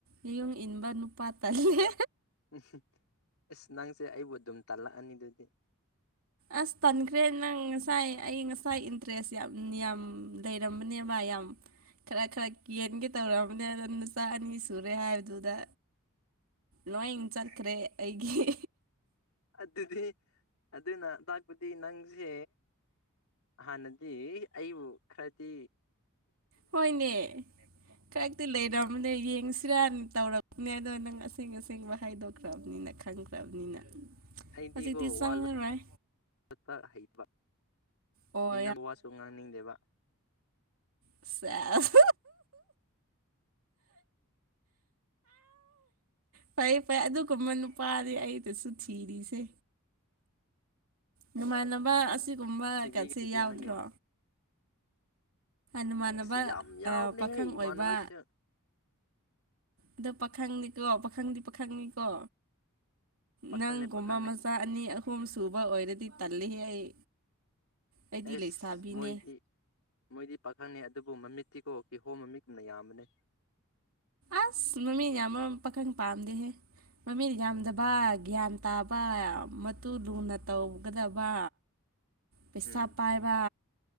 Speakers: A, on the right (about 70°); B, on the left (about 80°).
A: ꯌꯦꯌꯨꯡ ꯏꯟꯕ ꯅꯨꯄꯥ ꯇꯜꯂꯦ
B: ꯎꯝ ꯑꯁ ꯅꯪꯁꯦ ꯑꯩꯕꯨ ꯑꯗꯨꯝ ꯇꯥꯜꯂꯛꯑꯅꯤ ꯑꯗꯨꯗꯤ
A: ꯑꯁ ꯇꯟꯈ꯭ꯔꯦ ꯅꯪ ꯉꯁꯥꯏ ꯑꯩ ꯉꯁꯥꯏ ꯏꯟꯇꯔꯦꯁ ꯌꯥꯝ ꯌꯥꯝ ꯂꯩꯔꯝꯕꯅꯦ ꯚꯥꯏ ꯌꯥꯝꯌꯥꯝ ꯈꯔ ꯈꯔ ꯀꯦꯟꯒꯦ ꯇꯧꯔꯛꯑꯕꯅꯦ ꯑꯗꯣ ꯅꯨꯆꯥ ꯑꯅꯤ ꯁꯨꯔꯦ ꯍꯥꯏꯕꯗꯨꯗ ꯅꯣꯏ ꯏꯪ ꯆꯠꯈ꯭ꯔꯦ ꯑꯩꯒꯤ
B: ꯑꯗꯨꯗꯤ ꯑꯗꯨꯅ ꯇꯥꯛꯄꯗꯤ ꯅꯪꯁꯦ ꯍꯥ ꯅꯗꯤ ꯑꯏꯕꯨ ꯈ꯭ꯔꯗꯤ
A: ꯍꯣꯏꯅꯦ ꯈꯔꯛꯇꯤ ꯂꯩꯔꯅꯦ ꯌꯦꯡꯁꯤꯔꯥ ꯇꯧꯔꯛꯄꯅꯦ ꯑꯗꯣ ꯅꯪ ꯑꯁꯦꯡ ꯑꯁꯦꯡꯕ ꯍꯥꯏꯗꯣꯛꯈ꯭ꯔꯕꯅꯤꯅ ꯈꯪꯈ꯭ꯔꯕꯅꯤꯅ
B: ꯑꯩꯗꯤꯒꯣ
A: ꯍꯧꯖꯤꯛꯇꯤ ꯆꯪꯉꯔꯣꯏ
B: ꯋꯥ ꯂꯣꯄ ꯍꯩꯇꯕ
A: ꯑꯣ
B: ꯃꯤꯟꯅꯕ ꯋꯥꯁꯨ ꯉꯥꯡꯅꯤꯡꯗꯦꯕ
A: ꯁꯦꯁ ꯐꯩ ꯐꯩ ꯑꯗꯨꯒꯕ ꯅꯨꯄꯥꯅꯤ ꯑꯩꯗꯁꯨ ꯊꯤꯔꯤꯁꯦ ꯅꯨꯡꯉꯥꯏꯅꯕ ꯑꯁꯤꯒꯨꯝꯕ
B: ꯊꯤꯕꯤꯒꯦ
A: ꯀꯁꯤ
B: ꯊꯤꯕꯤꯒꯦ
A: ꯌꯥꯎꯗ꯭ꯔꯣ
B: ꯅꯪꯒꯤ ꯋꯥ
A: ꯅꯃꯥꯟꯅꯕ
B: ꯑꯁꯤ ꯌꯥꯝ ꯌꯥꯎꯅꯦꯍꯦ
A: ꯄꯥꯈꯪ ꯑꯣꯏꯕ
B: ꯏꯃꯥꯟꯅꯕꯁ
A: ꯑꯗ ꯄꯥꯈꯪꯅꯤꯀꯣ ꯄꯥꯈꯪꯗꯤ ꯄꯥꯈꯪꯅꯤꯀꯣ
B: ꯄꯥꯈꯪꯅꯦ
A: ꯅꯪꯒꯨꯝꯕ
B: ꯄꯥꯈꯪꯅꯦ
A: ꯃꯆꯥ ꯑꯅꯤ ꯑꯍꯨꯝ ꯁꯨꯕ ꯑꯣꯏꯔꯗꯤ ꯇꯜꯂꯤ ꯑꯩ ꯑꯩꯗꯤ
B: ꯑꯦꯁ
A: ꯂꯩꯁꯥꯕꯤꯅꯦ
B: ꯃꯣꯏꯗꯤ ꯃꯣꯏꯗꯤ ꯄꯥꯈꯪꯅꯤ ꯑꯗꯨ ꯑꯗꯨꯕꯨ ꯃꯃꯤꯠꯇꯤꯀꯣꯛ ꯀꯤ ꯍꯣꯝ ꯃꯃꯤꯠꯒꯨꯝꯅ ꯌꯥꯝꯕꯅꯤ
A: ꯑꯁ ꯃꯃꯤꯠꯅ ꯌꯥꯝꯕ ꯄꯥꯈꯪ ꯄꯥꯝꯗꯦꯍꯦ ꯃꯃꯤꯅ ꯌꯥꯝꯗꯕ ꯒ꯭ꯌꯥꯟ ꯇꯥꯕ ꯃꯇꯨ ꯂꯨꯅ ꯇꯧꯒꯗꯕ ꯄꯦꯁꯥ
B: ꯎꯝ
A: ꯄꯥꯏꯕ